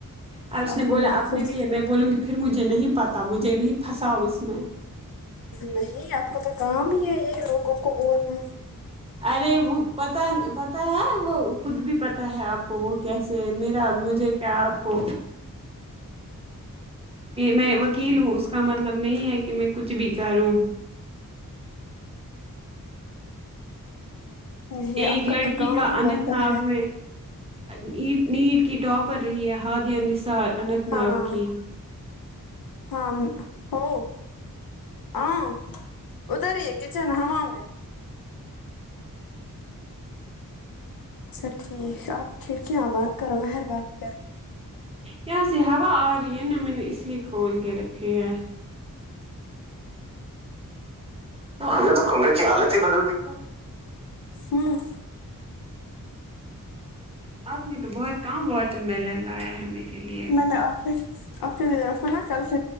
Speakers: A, on the right (about 15°); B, on the left (about 80°).
A: اور اس
B: آپ
A: نے
B: کو
A: بولا
B: مت
A: اپنے
B: خود
A: لیے میں بولوں گی پھر مجھے نہیں پتاہ مجھے نہیں پھنسا اس میں
B: نہیں آپ کو تو کام ہی ہے یہ لوگوں کو بولنا
A: ارے وہ پتا پتا ہے وہ خود بھی پتا ہے آپ کو وہ کیسے میرا مجھے کیا آپ کو میں وکیل ہوں اس کا مطلب نہیں ہے کہ میں کچھ بھی کروں
B: نہیں
A: ایک
B: آپ
A: لڑکی
B: تو کام
A: کا
B: ہی
A: اننت
B: بنتا
A: ناگ
B: ہے
A: میں اٹ نیٹ کی ٹاپ پر رہی ہے ہادیہ نثار اننت
B: ہاں
A: ناگ کی
B: ہاں ہو ہ ادار ہی ہے کچن ہممام میں سب ٹھیک ہے آپ کھڑکیاں بند کرو مہربانی کر کے
A: یہاں سے ہوا آ رہی ہے نا میں نے اس لیے کھول کے رکھی ہے تم نے تو کمرے کی حالت ہی بدل دی
B: ہوں
A: آپ نے تو بہت کم واٹر میلن لایا ہے میرے لیے
B: میں آفس